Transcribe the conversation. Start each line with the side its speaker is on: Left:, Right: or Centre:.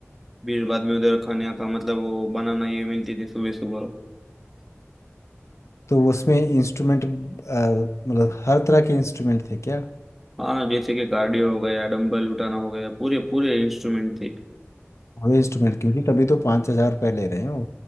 Centre: फिर बाद में उधर खाने का मतलब वो बनाना ये मिलती थी सुबह सुबह
Left: तो उसमें इंस्ट्रूमेंट मतलब हर तरह के इंस्ट्रूमेंट थे क्या
Centre: हाँ जैसे कि कार्डियो हो गया डंबल उठाना हो गया पूरे पूरे इंस्ट्रूमेंट थे
Left: पूरे इंस्ट्रूमेंट क्योंकि तभी तो पाँच हजार रुपये ले रहे हैं वो